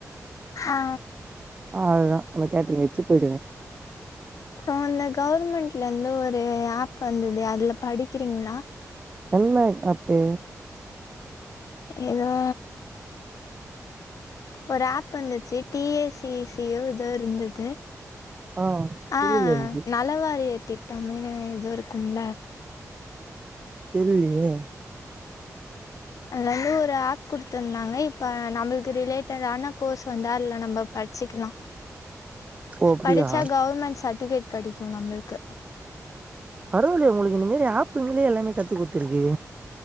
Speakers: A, on the left; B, on the right.
A: ஹா
B: அவ்ளதா அந்த கேட்டரிங் வச்சு போய்டுவ
A: அப்போ அந்த கவர்மெண்ட்லருந்து ஒரு ஆப் வந்தது அதில படிக்கிறீங்ளா
B: என்ன தப்பு
A: எதோ ஒரு ஆப் வந்துச்சு டி எ சிசி யு எதோ இருந்துது
B: ஆ
A: ஆ
B: தெரில எனக்கு
A: நல்லவாரிய திட்டமினு இதுவு இருக்கும்ல
B: தெரிலயே
A: அதுல வந்து ஒரு ஆப் குடுத்துருந்தாங்க இப்ப நம்மளுக்கு ரிலேட்டடான கோர்ஸ் வந்தா அதுல நம்ப படிச்க்கலா
B: ஓ அப்டியா
A: படிச்சா கவர்மெண்ட் சர்டிபிகேட் கெடைக்கு நம்மளுக்கு
B: பரவால்லையே உங்களுக்கு இந்த மாரி ஆப்ங்களே எல்லாமே கத்து குடுத்துருக்கு